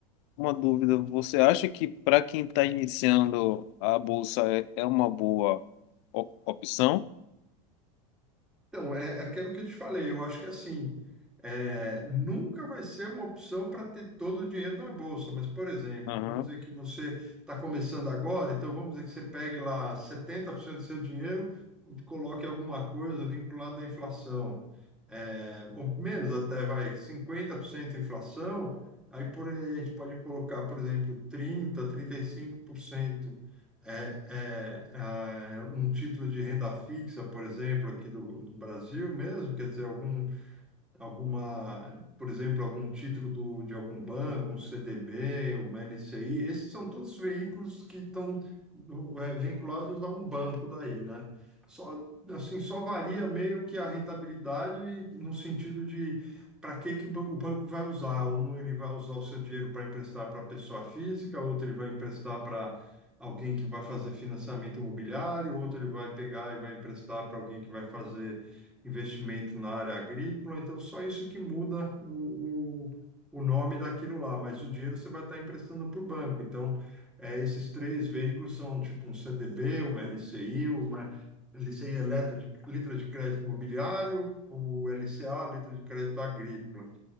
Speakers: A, on the left; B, in the centre.
A: Uma dúvida, você acha que para quem está iniciando a bolsa é, é uma boa op- opção?
B: Então, é é aquilo que eu te falei, eu acho que assim, é, nunca vai ser uma opção para ter todo o dinheiro na bolsa, mas, por exemplo,
A: Aham.
B: vamos dizer que você está começando agora, então vamos dizer que você pegue lá 70% do seu dinheiro e coloque alguma coisa vinculada à inflação, É, ou menos até, vai, 50% inflação, aí por, a gente pode colocar, por exemplo, trinta, por cento, trinta e cinco por cento. É, é, ah, um título de renda fixa, por exemplo, aqui do, do Brasil mesmo, quer dizer, algum alguma, por exemplo, algum título do, de algum banco, um CDB, uma LCI, esses são todos veículos que estão é, vinculados a um banco daí, né? Só, assim, só varia meio que a rentabilidade no sentido de para que que o ban- o banco vai usar. Um, ele vai usar o seu dinheiro para emprestar para pessoa física, outro ele vai emprestar para alguém que vai fazer financiamento imobiliário, outro ele vai pegar e vai emprestar para alguém que vai fazer investimento na área agrícola, então só isso que muda o, o, o nome daquilo lá, mas o dinheiro você vai estar emprestando para o banco. Então, é, esses três veículos são tipo um CDB, uma LCI, uma LCI é letra de, letra de crédito imobiliário, ou LCA, letra de crédito agrícola.